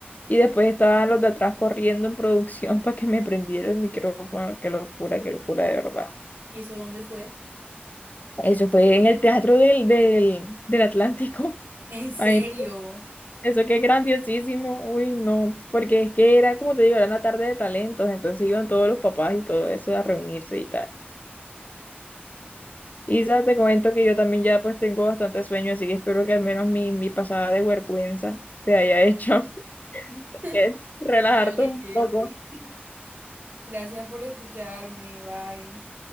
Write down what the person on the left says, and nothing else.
Y después estaban los de atrás corriendo en producción <laughs> para que me prendiera el micrófono, qué locura, qué locura, de verdad.
Eso fue en el teatro del, del, del Atlántico.
<laughs>
Ay, Eso que es grandiosísimo, uy, no, porque es que era como te digo, era una tarde de talentos, entonces iban todos los papás y todo eso a reunirse y tal. Y Isa, te comento que yo también ya pues tengo bastante sueño, así que espero que al menos mi, mi pasada de vergüenza te haya hecho <laughs>
eh, relajarte
un
poco.